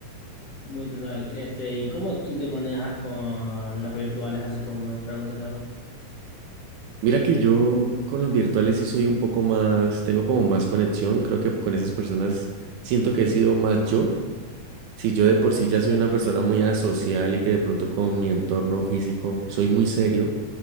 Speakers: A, on the left (about 60°); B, on the right (about 80°).
A: Muy total. Este, ¿y cómo tú te manejas con los virtuales, así como me preguntaste ahora?
B: Mira que yo con los virtuales sí soy un poco más, tengo como más conexión, creo que con esas personas siento que he sido más yo. Si yo
A: Ok,
B: de por sí ya
A: sí.
B: soy una persona muy asocial y que de pronto con mi entorno físico soy muy serio,